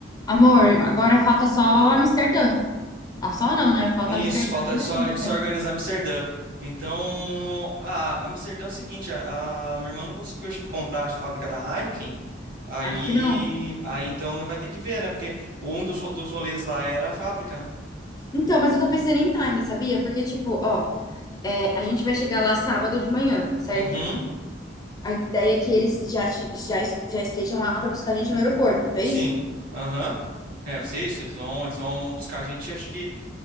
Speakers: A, on the left (about 20°); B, on the right (about 50°).
A: Amor, agora falta só Amsterdã. Ah, só não, né? Falta
B: Isso,
A: Amsterdã
B: falta
A: e
B: só
A: depois,
B: a gente só
A: né?
B: organizar Amsterdã. Então, a Amsterdã é o seguinte, a, a minha irmã não conseguiu, acho que, comprar a fábrica da Heineken. Aí,
A: Acho que não.
B: aí então né, vai ter que ver, né? Porque um dos, ro- dos rolês lá era a fábrica, né?
A: Então, mas eu tô pensando em time, sabia? Porque, tipo, ó, é, a gente vai chegar lá sábado de manhã, certo?
B: Uhum,
A: A ideia é que eles já, che- já, es- já estejam lá pra buscar a gente no aeroporto, é
B: sim.
A: isso?
B: Aham. É, vai ser isso. Eles vão, eles vão buscar a gente, acho que.